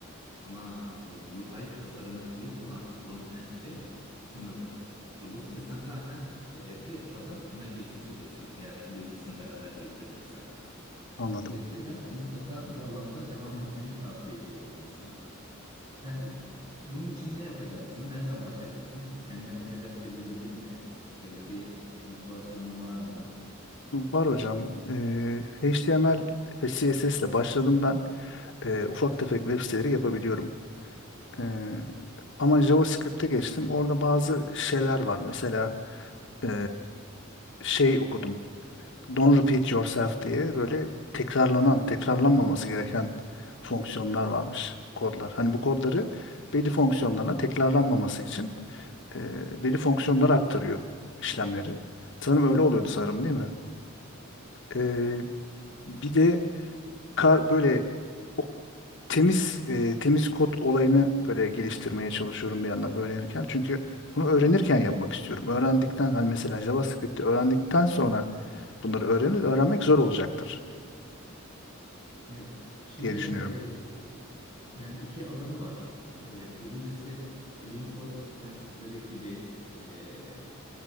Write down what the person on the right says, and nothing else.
ama e, UI tasarımı iyi olan frontendçi sınırlı. Dolayısıyla sen zaten e, bir adım öne geçmiş oluyorsun eğer bu ikisini beraber yürütebilirsen.
Dolayısıyla mutlaka bu alanda devam etmeni tavsiye ediyorum ben sana. E, bunun için ne yapacaksın? Nereden başlayacaksın? Kendine bir hedef belirledin mi? E, bir motivasyonun var mı?
Evet,
evet.
Ş-
Evet. Şimdi
e,
yani iki alanı var. E, birincisi clean code prensipleri gibi e,